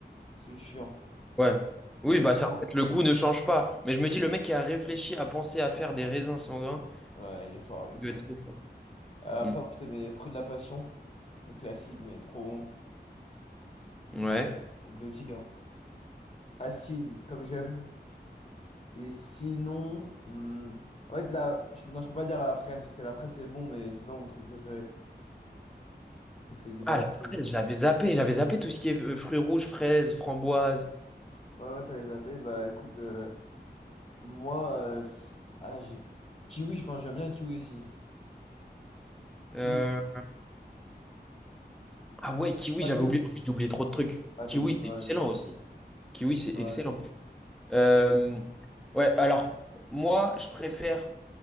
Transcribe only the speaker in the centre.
Ouais. Oui,
bah
ça, en fait, le goût ne change pas. Mais je me dis, le mec qui a réfléchi à penser à faire des raisins sans sanguins,
il
doit être trop fort.
Mm.
Ouais.
Ah,
la
fraise,
je l'avais zappé. J'avais zappé tout ce qui est euh, fruits rouges, fraises, framboises.
Euh,
Ah ouais, kiwi,
j'avais
oublié. En fait, j'ai oublié trop de trucs.
Kiwi,
c'est
excellent
aussi. Kiwi,
c'est
excellent.
Euh, Ouais, alors, moi, je préfère...